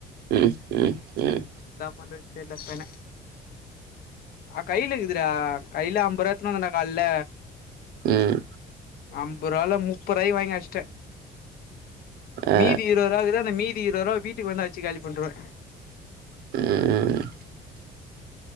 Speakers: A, on the right; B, on the left.
A: உஹ் உஹ் உஹ்
B: பண்றது தெர்ல பென அ கைலக்குது டா கைல அம்பொரா எத்துனு வந்தடா கால்ல
A: ம்
B: அம்பொருவால முப்பொராக்கி வாங்கி அஷ்ட
A: ஆ
B: மீதி இரோரா இகுது அந்த மீதி இரோரா வீட்டுக் வந்து அச்சி காலி பண்ருவ
A: ம் ம்